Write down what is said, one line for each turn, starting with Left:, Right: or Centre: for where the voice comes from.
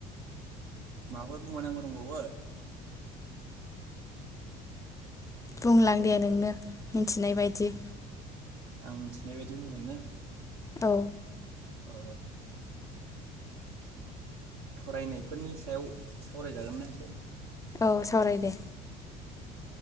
Right: माबाफोर बुंबावनांगो दंबावयो
Left: बुंलां दे नोंनो मिथिनाय बायदि
Right: आं मिथिनाय बायदि बुंगोननो
Left: औ
Right: ओ फरायनायफोरनि सायाव सावरायजागोनना एसे
Left: औ सावराय दे